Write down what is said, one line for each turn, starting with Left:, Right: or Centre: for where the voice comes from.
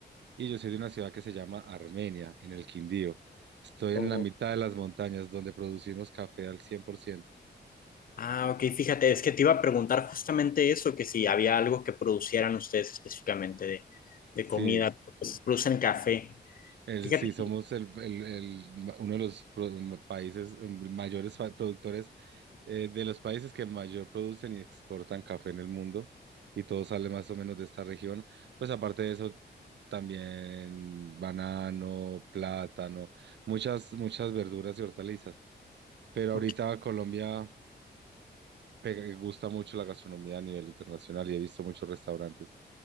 Right: y yo soy de una ciudad que se llama Armenia, en el Quindío. Estoy
Left: O-
Right: en la mitad de las montañas donde producimos café al 100%.
Left: Ah, ok, fíjate, es que te iba a preguntar justamente eso, que si había algo que producieran ustedes específicamente de, de
Right: Sí,
Left: comida, pues producen café.
Right: El,
Left: Fíjate,
Right: sí, somos el, el- el ma- uno de los pro- ma- países mm, mayores pa- productores eh, de los países que mayor producen y exportan café en el mundo y todo sale más o menos de esta región. Pues aparte de eso, también banano, plátano, muchas, muchas verduras y hortalizas. Pero
Left: ok,
Right: ahorita Colombia pega- gusta mucho la gastronomía a nivel internacional y he visto muchos restaurantes